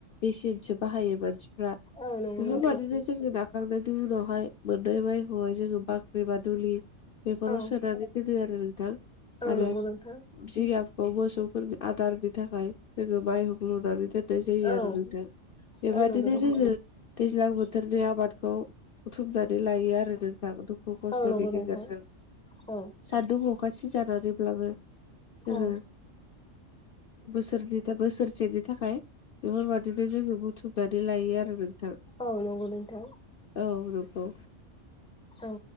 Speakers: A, on the left; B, in the centre.
A: मेसिनसो बाहायो मानसिफ्रा
B: औ नंगौ
A: बेफोरबादिनो
B: नोंथां
A: जोङो नाखांनायनि उनावहाय मोननाय माइखौहाय जोङो बाख्रि बा दुलि बेफोराव
B: औ
A: सोनानै दोनो आरो नोंथां।
B: औ
A: आरो
B: नंगौ नोंथां।
A: जिगाबखौ मोसौफोरनो आदारनि थाखाय जोङो माइहुं लुनानै दोन्नाय जायो
B: औ
A: आरो नोंथां। बेबादिनो
B: औ नंगौ नोंथां
A: जोङो दैज्लां बोथोरनि आबादखौ बुथुमनानै लायो आरो नोंथां। दु खु खस्थ'नि
B: औ नंगौ
A: गेजेरजों
B: नोंथां औ
A: सान्दुं अखा सिजा नानैब्लाबो जोङो
B: औ
A: बोसोरनि था बोसोरसेनि थाखाय बेफोरबायदिनो जोङो बुथुमनानै लायो आरो नोंथां
B: औ नंगौ नोंथां
A: औ नंगौ
B: औ।